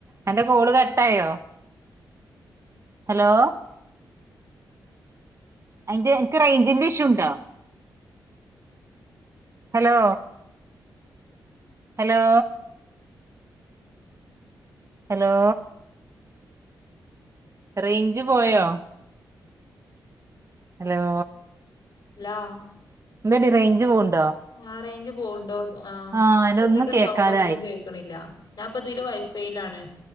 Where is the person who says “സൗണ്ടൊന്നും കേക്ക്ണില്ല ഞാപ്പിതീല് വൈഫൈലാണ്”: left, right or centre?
Left